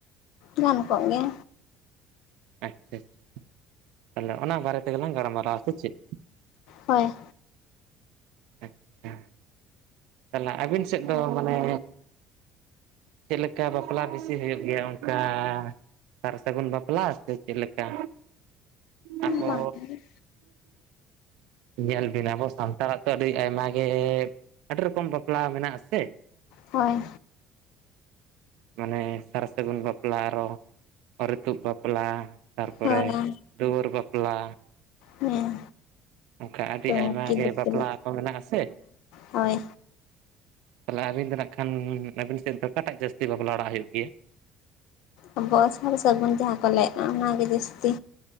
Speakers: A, on the left (about 75°); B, on the right (about 80°).
A: ᱜᱟᱱ ᱠᱚᱜ ᱜᱮᱭᱟ
B: ᱟᱪᱪᱷᱟ ᱟᱪᱪᱷᱟ ᱛᱟᱦᱞᱮ ᱚᱱᱟ ᱵᱟᱨᱮ ᱛᱮᱜᱮ ᱞᱟᱝ ᱜᱚᱞᱢᱟᱨᱟᱣ ᱟᱥᱮ ᱪᱮᱫ?
A: ᱦᱳᱭ,
B: ᱟᱪᱪᱷᱟ ᱛᱟᱦᱚᱞᱮ ᱟᱹᱵᱤᱱ ᱥᱮᱫ ᱫᱚ ᱢᱟᱱᱮ ᱪᱮᱫ ᱞᱮᱠᱟ ᱵᱟᱯᱞᱟ ᱵᱮᱥᱤ ᱦᱩᱭᱩᱜ ᱜᱮᱭᱟ ᱚᱱᱠᱟ ᱥᱟᱨ ᱥᱟᱹᱜᱩᱱ ᱵᱟᱯᱞᱟ ᱥᱮ ᱪᱮᱫ ᱞᱮᱠᱟ?. ᱟᱵᱚ
A: ᱵᱟᱝ <unintelligible>
B: ᱧᱮᱞ ᱵᱤᱱ ᱟᱵᱚ ᱥᱟᱱᱛᱟᱲ ᱟᱛᱚ ᱨᱮ ᱟᱭᱢᱟᱟᱜ ᱜᱮᱻ ᱟᱹᱰᱤ ᱨᱚᱠᱚᱢ ᱵᱟᱯᱞᱟ ᱢᱮᱱᱟᱜ ᱟᱥᱮ᱾
A: ᱦᱳᱭ
B: ᱚᱱᱮ ᱥᱟᱨ ᱥᱟᱹᱜᱩᱱ ᱵᱟᱯᱞᱟ ᱟᱨᱚ ᱚᱨᱤᱛᱩᱫ ᱵᱟᱯᱞᱟ, ᱛᱟᱨᱯᱚᱨᱮ
A: ᱦᱳᱭ
B: ᱫᱩᱣᱟᱹᱨ ᱵᱟᱯᱞᱟ᱾
A: ᱦᱮᱸ
B: ᱚᱱᱠᱟ ᱟᱹᱰᱤ
A: ᱴᱩᱝᱠᱤ
B: ᱟᱭᱢᱟᱜᱮ
A: ᱫᱤᱯᱤᱞ
B: ᱵᱟᱯᱞᱟ ᱠᱚ ᱢᱮᱱᱟᱜ ᱟᱥᱮ᱾
A: ᱦᱳᱭ
B: ᱛᱟᱦᱚᱞᱮ ᱟᱹᱵᱤᱱ ᱫᱚᱱᱟᱜ ᱠᱷᱟᱱ ᱟᱹᱵᱤᱱ ᱥᱮᱫ ᱫᱚ ᱚᱠᱟᱴᱟᱜ ᱡᱟᱹᱥᱛᱤ ᱵᱟᱯᱞᱟ ᱚᱲᱟᱜ ᱦᱩᱭᱩᱜ ᱜᱮᱭᱟ
A: ᱟᱵᱚᱣᱟᱜ ᱥᱟᱨ ᱥᱟᱹᱜᱩᱱ ᱡᱟᱦᱟᱸ ᱠᱚ ᱞᱟᱭᱮᱜᱼᱟ ᱚᱱᱟᱜᱮ ᱡᱟᱹᱥᱛᱤ᱾